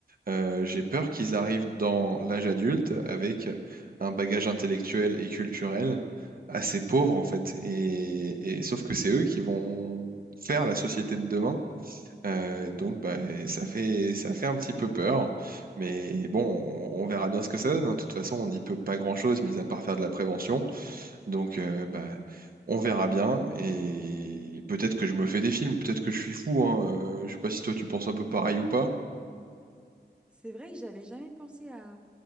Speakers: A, on the right; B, in the centre.
A: euh, j'ai peur qu'ils arrivent dans l'âge adulte avec un bagage intellectuel et culturel assez pauvre en fait. Et, et sauf que c'est eux qui vont faire la société de demain euh, donc bah, ça fait, ça fait un petit peu peur, mais bon, on, on verra bien ce que ça donne. hein. De toute façon, on n'y peut pas grand-chose, mis à part faire de la prévention. Donc euh, bah, on verra bien, et peut-être que je me fais des films, peut-être que je suis fou. Hein. Euh, je sais pas si toi tu penses un peu pareil ou pas.
B: C'est vrai que j'avais jamais pensé à,